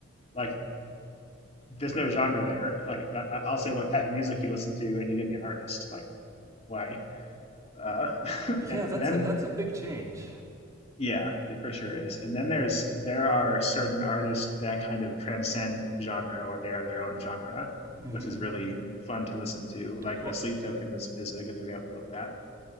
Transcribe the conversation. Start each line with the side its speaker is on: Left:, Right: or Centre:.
Left: like there's no genre there. Like I- I'll say what type of music you listen to, and you give me an artist. Like why? Uh, <laughs>
Right: Yeah,
Left: and
Right: that's
Left: and then
Right: a that's a big change.
Left: yeah, it for sure is. And then there's there are certain artists that kind of transcend genre, or they are their own genre,
Right: hmm
Left: which is really fun to listen to. Like
Right: Well,
Left: a Sleep Token is is a good example of that